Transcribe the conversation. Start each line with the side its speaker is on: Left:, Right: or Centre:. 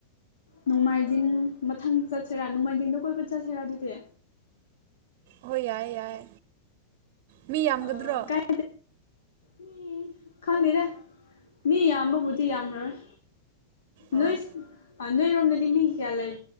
Left: ꯅꯨꯡꯃꯥꯏꯖꯤꯡ ꯃꯊꯪ ꯆꯠꯁꯤꯔꯥ ꯅꯨꯡꯃꯥꯏꯖꯤꯡꯗ ꯀꯣꯏꯕ ꯆꯠꯁꯤꯔꯥ ꯑꯗꯨꯗꯤ
Right: ꯍꯣꯏ ꯌꯥꯏ ꯌꯥꯏ ꯃꯤ ꯌꯥꯝꯒꯗ꯭ꯔꯣ
Left: ꯑ ꯀꯥꯏ ꯃꯤ ꯈꯪꯗꯦꯅꯦ ꯃꯤ ꯌꯥꯝꯕꯕꯨꯗꯤ ꯌꯥꯝꯔꯔꯣꯏ
Right: ꯑꯣ
Left: ꯅꯣꯏꯁ ꯑ ꯅꯣꯏꯔꯣꯝꯗꯗꯤ ꯃꯤ ꯀꯌꯥ ꯂꯩ